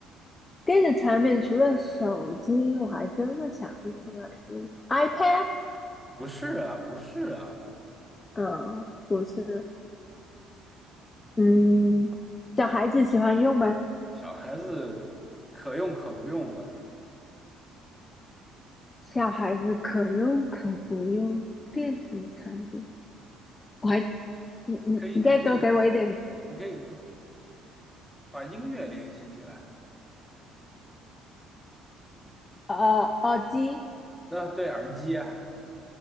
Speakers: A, on the left (about 25°); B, in the centre.
A: 电子产品除了手机，我还真的想不出来是 iPad。
B: 不是啊，不是啊。
A: 嗯，不是，嗯，小孩子喜欢用吗？
B: 小孩子可用可不用吧？
A: 小孩子可用可不用电子产品。我还，你你你再多给我一点，
B: 你可以，你可以，你可以不把音乐联系起来。
A: 呃，耳机
B: 啊，对，耳机啊，